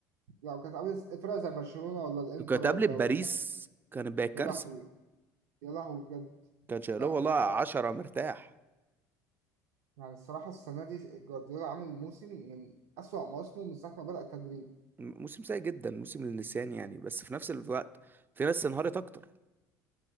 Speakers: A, on the right; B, on the right.
A: لو كانت قابلت فرقه زي برشلونه ولا الانتر
B: لو كانت
A: ولا
B: قابلت باريس
A: ولا
B: كانت بقت كارثه
A: يا لهوي يا لهوي بجد
B: كان شايلها
A: لا
B: والله
A: ما حاجة
B: عشرة مرتاح
A: يعني الصراحة السنة دي جوارديولا عامل موسم من أسوأ مواسمه من ساعة ما بدأ التدريب
B: م- موسم سيء جدا موسم للنسيان يعني بس في نفس الوقت في ناس انهارت اكتر